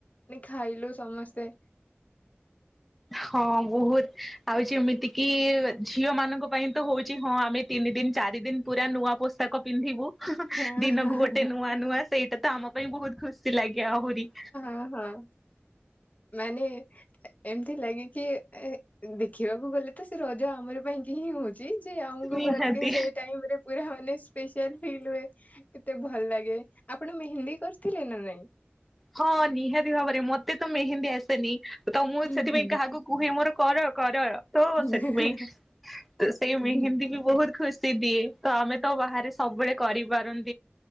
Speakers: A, on the left (about 35°); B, in the centre.
A: ଖାଇଲୁ ସମସ୍ତେ
B: ହଁ ବହୁତ ଆଉ ଯେମିତି କିି ଝିଅ ମାନଙ୍କ ପାଇଁ ତ ହଉଛି ହଁ ଆମେ ତିନି ଦିନ ଚାରି ଦିନ ପୁରା ନୂଆ ପୋସ୍ତକ ପିନ୍ଧିବୁ
A: ହଁ
B: ଦିନକୁ
A: ହଁ
B: ଗୋଟେ
A: ହଁ
B: ନୂଆ ନୂଆ ସେଇଟା ତ ଆମ ପାଇଁ ବହୁତ ଖୁସି ଲାଗେ ଆହୁରି
A: ଅ ହଁ। ମାନେ ଏମିତି ଲାଗିକି ଦେଖିବାକୁ ଗଲେ ତ ସେ ରଜ ଆମର ପାଇଁକି ହିଁ ହଉ ଚି ଯେ ଆମୁକୁ
B: ନିହାତି
A: ପୁରା ଟିକେ ସେଇ ଟାଇମ ରେ। ପୁରା ମାନେ ସ୍ପେଶଆଲ୍ ଫିଲ୍ ହୁଏ କେତେ ଭଲ ଲାଗେ ଆପଣ ମେହେନ୍ଦୀ କରିଥିଲେ ନା ନାଇଁ?
B: ହଁ ନିହାତି ଭାବରେ ମତେ ତ ମେହେନ୍ଦୀ ଆସେନି। ତ ମୁଁ
A: ହୁଁ
B: ସେଥିପାଇଁ
A: ହୁଁ
B: କାହାକୁ କୁହେ ମୋର କର କର ତ
A: ହୁଁ
B: ସେଥିପାଇଁ। ତ ସେଇ
A: ହୁଁ
B: ମେହେନ୍ଦୀ ବି ବହୁତ ଖୁସି ଦିଏ ତ ଆମେ ତ ବାହାରେ ସବୁବେଳେ କରିପାରନ୍